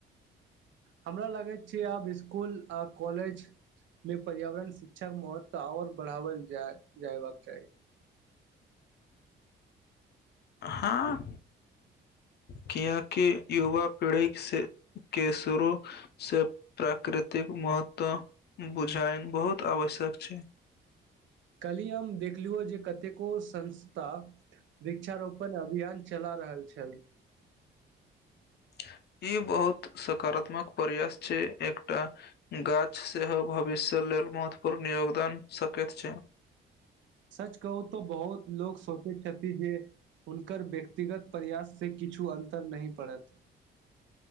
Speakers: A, on the right; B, on the left.
A: हमरा लागैत छै आब स्कूल आ कॉलेज मे पर्यावरण शिक्षाके महत्व आओर बढ़ाओल जा जयबाक चाही
B: हँ किया कि युवा पीढ़ी से के शुरू से प्राकृतिक महत्व बुझाइन बहुत आवश्यक छै
A: कालिह हम देखलुयै जे कतेको संस्था वृक्षारोपण अभियान चला रहल छल
B: <inaudible> ई बहुत सकारात्मक प्रयास छै एकटा गाछ सेहो भविष्य ले महत्वपूर्ण योगदान सकैत छै
A: सच कहू त बहुत लोग सोचै छथि जे हुनकर व्यक्तिगत प्रयाससे किछु अन्तर नहि पड़त